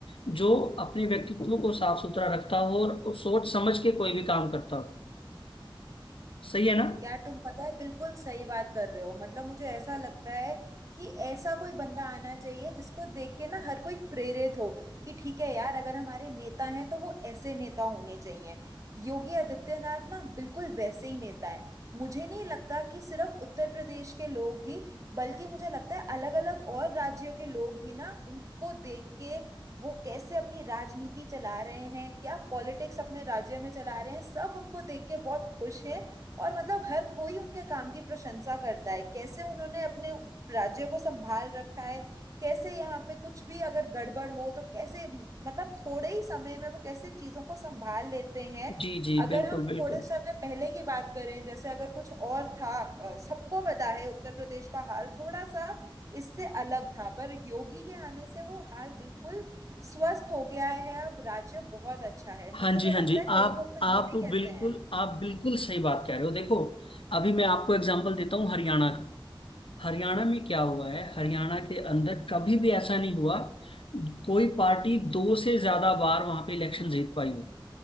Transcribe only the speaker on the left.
जो अपने व्यक्तित्व को साफ सुथरा रखता हो और सोच समझ के कोई भी काम करता हो सही है ना
जी जी
बिल्कुल
बिल्कुल
हाँ जी
हाँ
जी
आप
आप
बिल्कुल
आप बिल्कुल सही बात कह रहे हो देखो अभी मैं आपको एग्जांपल देता हूँ हरियाणा का हरियाणा में क्या हुआ है हरियाणा के अंदर कभी भी ऐसा नहीं हुआ कोई पार्टी दो से ज्यादा बार वहां पे इलेक्शन जीत पाई हो